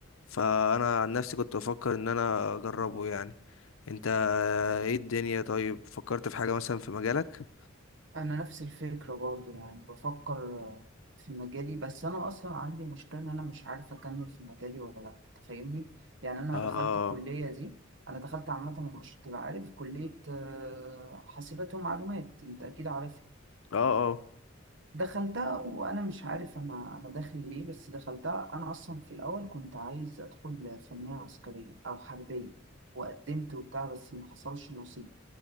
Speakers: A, on the left; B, on the right.
A: فانا عن نفسي كنت بفكر ان انا اجربه يعني انت ايه الدنيا طيب فكرت في حاجة مثلا في مجالك
B: انا نفس الفكره برضه يعني بفكر آه، في مجالي بس انا اصلا عندي مشكله ان انا مش عارف اكمل في مجالي ولا لا أنت فاهمني يعني انا
A: اه
B: دخلت الكليه دي انا دخلت عامه مش تبقى عارف كليه آه، حاسبات ومعلومات انت اكيد عارفها
A: اه اه
B: دخلتها وانا مش عارف انا انا داخل ليه بس دخلتها انا اصلا في الاول كنت عايز ادخل فنيه عسكريه او حربيه وقدمت وبتاع بس ما حصلش نصيب